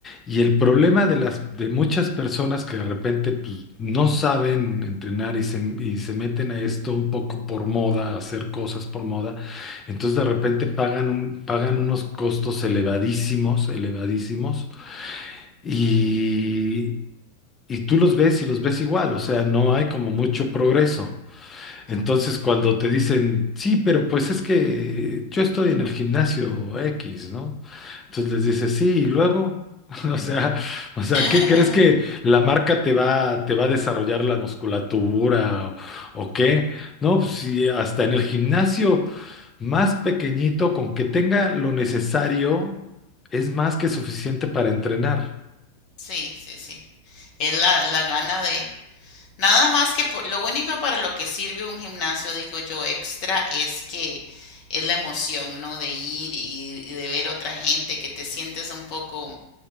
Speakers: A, on the left; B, on the left.
A: y el problema de las de muchas personas que de repente pues, no saben entrenar y se, y se meten a esto un poco por moda, a hacer cosas por moda, entonces de repente pagan un- pagan unos costos elevadísimos, elevadísimos, y y tú los ves y los ves igual, o sea, no hay como mucho progreso. Entonces,
B: Ujú,
A: cuando te dicen, sí, pero pues es que yo estoy en el gimnasio X, ¿no? Entonces
B: ujú,
A: les dices, sí, y luego, <laughs> o sea, o
B: <laughs>
A: sea, ¿qué crees que la marca te va, te va a desarrollar la musculatura o, o qué? No, pues sí, hasta en el gimnasio más pequeñito, con que tenga lo necesario, es más que suficiente para entrenar,
B: Sí, sí, sí. Es la, la gana de... Nada más que por- lo único para lo que sirve un gimnasio, digo yo, extra, es que es la emoción, ¿no? De ir y, y de ver otra gente, que te sientes un poco